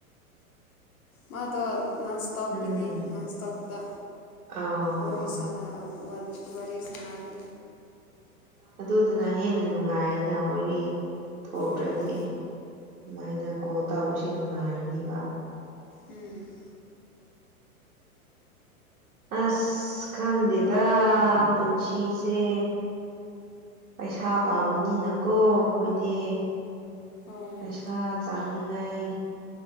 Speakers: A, on the left; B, on the right.
A: ꯃꯥꯗꯣ ꯅꯟ ꯁ꯭ꯇꯣꯞꯀꯤꯅꯤ
B: ꯎꯝ
A: ꯅꯟ ꯁ꯭ꯇꯣꯞꯇ
B: ꯑꯥ
A: ꯋꯥꯔꯤ ꯁꯥꯟꯅ ꯑꯥ ꯋꯥꯔꯤ ꯁꯥꯟꯅꯔꯦ
B: ꯑꯗꯨꯗꯨꯅ ꯍꯦꯟꯅ ꯅꯨꯡꯉꯥꯏꯅ ꯋꯥꯔꯤ꯫ ꯊꯣꯛꯇ꯭ꯔꯗꯤ
A: ꯍꯣꯏ
B: ꯁꯨꯃꯥꯏꯅ ꯀꯣꯜ ꯇꯧꯕꯁꯦ ꯅꯨꯡꯉꯥꯏꯔꯅꯤꯕ꯫
A: ꯎꯝ꯫
B: ꯑꯁ ꯈꯪꯗꯦꯗ ꯄꯨꯟꯁꯤꯁꯦ ꯄꯩꯁꯥ ꯄꯥꯝꯕꯅꯤꯅꯀꯣ ꯑꯈꯣꯏꯗꯤ꯫
A: ꯍꯣꯏ
B: ꯄꯩꯁꯥ ꯆꯥꯡꯅꯤꯡꯉꯥꯏ